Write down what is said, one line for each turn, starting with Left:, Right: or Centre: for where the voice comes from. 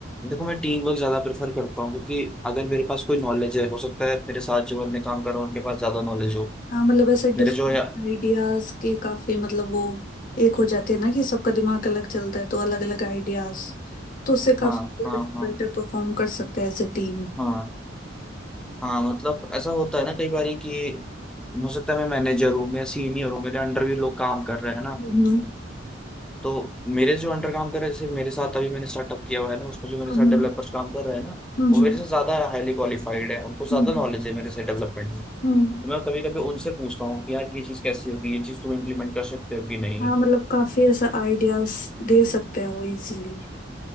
Centre: देखो मैं टीम वर्क ज्यादा प्रेफर करता हूँ क्योंकि अगर मेरे पास कोई नॉलेज है हो सकता है मेरे साथ जो बंदे काम कर रहे हैं उनके पास ज्यादा नॉलेज हो
Left: हाँ मतलब ऐसे डिफरेंट
Centre: मेरे जो है
Left: आइडियाज के काफी मतलब वो एक हो जाते हैं ना कि सबका दिमाग अलग चलता है तो अलग अलग आइडियाज तो उससे काफी
Centre: हाँ
Left: मतलब
Centre: हाँ हाँ
Left: बेटर परफॉर्म कर सकते हैं एज ए टीम
Centre: हाँ हाँ मतलब ऐसा होता है ना कई बार कि हो सकता है मैं मैनेजर हूँ मैं सीनियर हूँ मेरे अंडर भी लोग काम कर रहे हैं ना
Left: हम्म
Centre: तो मेरे जो अंडर काम कर रहे हैं जैसे मेरे साथ अभी मैंने स्टार्टअप किया हुआ है ना उसमें जो मेरे
Left: हम्म
Centre: साथ डेवलपर्स काम कर रहे हैं ना
Left: हम्म
Centre: वो मेरे से ज्यादा हाईली क्वालिफाइड है उनको ज्यादा
Left: हम्म,
Centre: नॉलेज है मेरे से डेवलपमेंट में तो
Left: हम्म।
Centre: मैं कभी कभी उनसे पूछता हूँ कि यार ये चीज कैसी होगी ये चीज तुम इम्प्लीमेंट कर सकते हो कि नहीं
Left: हाँ मतलब काफी ऐसा आइडियाज दे सकते हैं वो इजीली